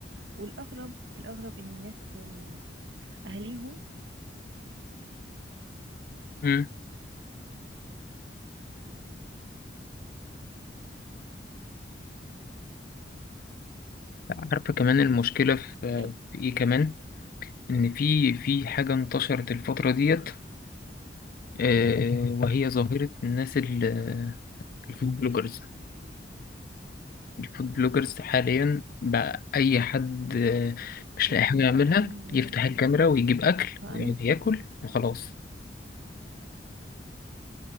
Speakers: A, on the right; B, on the left.
A: والاغرب الاغرب ان الناس آه، اهاليهم
B: امم عارفة كمان المشكلة في
A: الناس
B: في ايه كمان ان في في حاجة انتشرت الفترة ديت آه، وهي ظاهرة الناس ال- الفود بلوجرز الفود بلوجرز حاليا بقى أي حد آه، مش
A: اللي
B: لاقي
A: هم
B: حاجة يعملها
A: التافهين اللي
B: يفتح
A: هم مشهورين
B: الكاميرا ويجيب أكل
A: فانا
B: يعني
A: مست...
B: ياكل وخلاص